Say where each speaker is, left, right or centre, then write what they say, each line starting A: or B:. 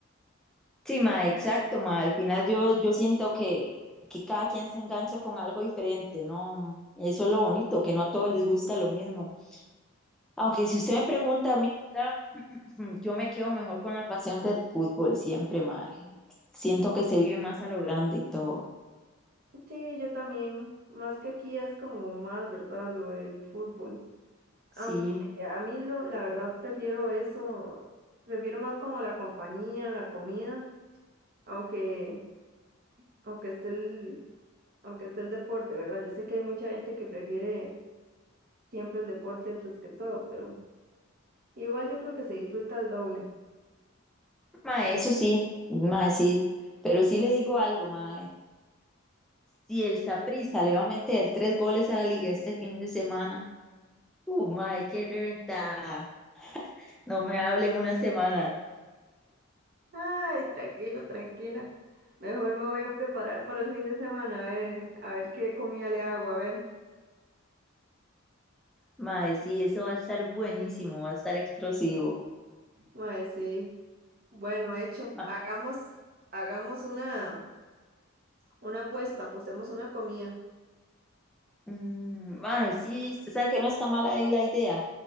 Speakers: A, in the centre; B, on the right (about 50°).
A: Sí, ma, exacto, ma. Al final yo, yo siento que, que cada quien se engancha con algo diferente, ¿no? Eso es lo bonito, que no a todos les gusta lo mismo. Aunque si usted me pregunta a mí, ¿verdad? <clears throat> Yo me quedo mejor con la pasión del fútbol siempre, ma. Siento que se vive más a lo grande y todo.
B: sí, yo también. Más que aquí es como más, ¿verdad? Lo del fútbol.
A: Sí,
B: Aunque a mí lo, la verdad prefiero eso, prefiero más como la compañía, la comida, aunque, aunque esté el, aunque esté el deporte, ¿verdad? Yo sé que hay mucha gente que prefiere siempre el deporte antes que todo, pero igual yo creo que se disfruta el doble.
A: ma, eso sí, ma, sí. Pero sí le digo algo, ma. Si el Saprissa le va a meter tres goles a la liga este fin de semana, uh, ma, qué reventada. No me hablen una semana.
B: Ay, tranquilo, tranquila. Mejor me voy a preparar para el fin de semana, a ver, a ver qué comida le hago, a ver.
A: Mae, sí, eso va a estar buenísimo, va a estar explosivo.
B: Mae, sí. Bueno, hecho.
A: Ma-
B: Hagamos, hagamos una, una apuesta, apostemos una comida.
A: mm, Mae, sí, usted sabe que no está mala ahí la idea.